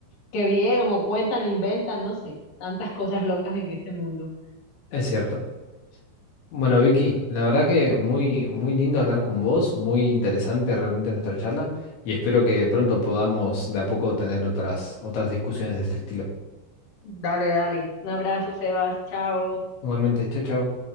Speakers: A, on the left (about 50°); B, on the left (about 85°).
A: qué vieron o cuentan, inventan, no sé, tantas cosas locas en este mundo.
B: es cierto. Bueno, Vicky, la verdad que muy, muy lindo hablar con vos, muy interesante realmente nuestra charla y espero que pronto podamos de a poco tener otras, otras discusiones de este estilo.
A: Dale, dale. Un abrazo, Sebas. Chao.
B: Igualmente, chao, chao.